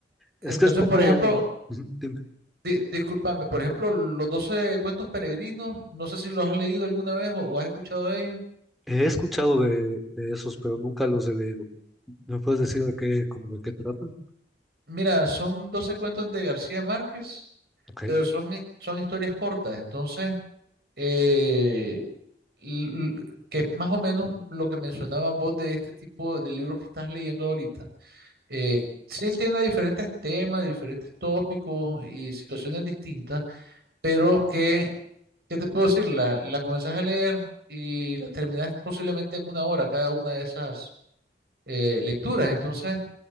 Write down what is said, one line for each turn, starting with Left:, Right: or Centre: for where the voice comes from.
Centre: es
Right: Entonces,
Centre: que es como,
Right: por ejemplo,
Centre: ujú, dime,
Right: di- discúlpame, por ejemplo, los 12 cuentos peregrinos, no sé si los has leído alguna vez o, o has escuchado de ellos.
Centre: he escuchado de, de esos, pero nunca los he leído. ¿Me puedes decir de qué, como de qué tratan?
Right: Mira, son 12 cuentos de García Márquez,
Centre: Ok.
Right: pero son, hi- son historias cortas, entonces, eh, l- l- que es más o menos lo que mencionabas vos de este tipo de libros que estás leyendo ahorita. Eh, sí tiene diferentes temas, diferentes tópicos y situaciones distintas, pero que ¿Qué te puedo decir? La, la comenzás a leer y la terminás posiblemente en una hora cada una de esas eh, lecturas. Entonces,